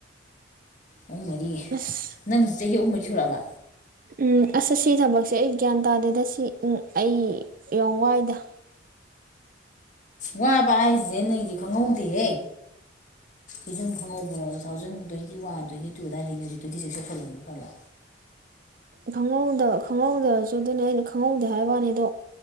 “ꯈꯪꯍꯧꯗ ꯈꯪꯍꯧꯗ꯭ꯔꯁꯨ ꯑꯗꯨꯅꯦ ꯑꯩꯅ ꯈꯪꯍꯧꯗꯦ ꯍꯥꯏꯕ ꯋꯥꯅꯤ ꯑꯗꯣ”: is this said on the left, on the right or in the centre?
Right